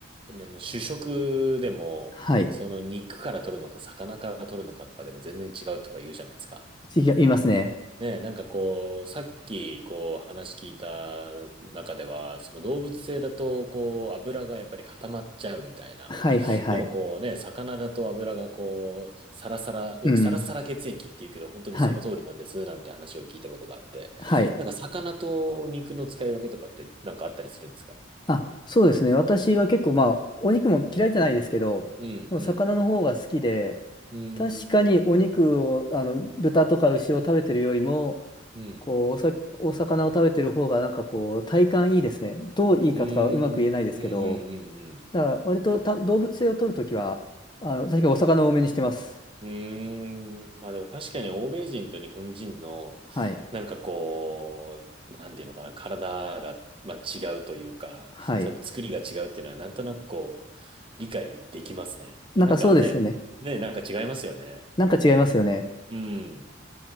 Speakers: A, on the right; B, on the left.
A: あの主食でも、
B: はい。
A: その肉から取るのか、魚から取るのかとかでも全然違うとか言うじゃないですか。
B: 次が言いますね。
A: ねえ、なんかこう、さっきこう話聞いた中では、その動物性だとこう油がやっぱり固まっちゃうみたいな。
B: はいはいはい。
A: でもこうね、魚だと油がこう、サラサラ、よくサラサラ血液っていうけど、
B: うん。
A: 本当にその通りなんですなんて話を聞いたことがあって、
B: はい。はい。
A: なんか魚と肉の使い分けとかってなんかあったりするんですか
B: あ、そうですね。私は結構まあ、お肉も嫌いじゃないですけど、
A: うん、
B: 魚の方が好きで、
A: うん、
B: 確かにお肉を、
A: うん、
B: あの、豚とか牛を食べてるよりも、
A: うん、
B: こう、おさ、お魚を食べてる方が、なんかこう、体感いいですね。どういいかとかはうまく言えないですけど、
A: うん、うん、うん、うん、うん。
B: だから割とた動物性を取るときは、あの、確かにお魚を多めにしてます。
A: うーん。まあでも確かに欧米人と日本人の、
B: はい。
A: なんかこう、なんていうのかな、体が、まあ、違うというか、
B: はい。
A: その作りが違うっていうのは、なんとなくこう、理解できますね。
B: なんかそうですよね。
A: なんかね、ね、なんか違いますよね。
B: なんか違いますよね。
A: うん。